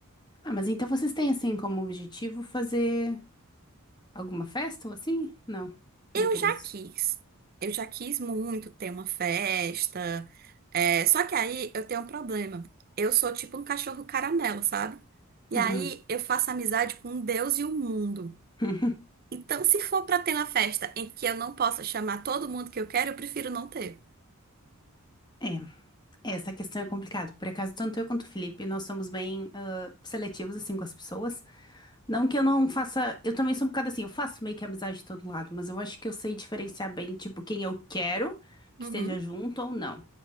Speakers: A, on the left; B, on the right.
A: Ah, mas então vocês têm assim como objetivo fazer alguma festa ou assim? Não,
B: Eu
A: nem por
B: já
A: isso.
B: quis. Eu já quis muito ter uma festa. É, só que aí eu tenho um problema. Eu sou tipo um cachorro caramelo, sabe? E
A: Uhum.
B: aí eu faço amizade com um Deus e o mundo.
A: <laughs>
B: Então, se for pra ter uma festa em que eu não possa chamar todo mundo que eu quero, eu prefiro não ter.
A: É, essa questão é complicada. Por acaso, tanto eu quanto o Felipe, nós somos bem ah, seletivos assim com as pessoas. Não que eu não faça. Eu também sou um bocado assim, eu faço meio que amizade de todo lado, mas eu acho que eu sei diferenciar bem, tipo, quem eu quero que
B: Uhum,
A: esteja junto ou não.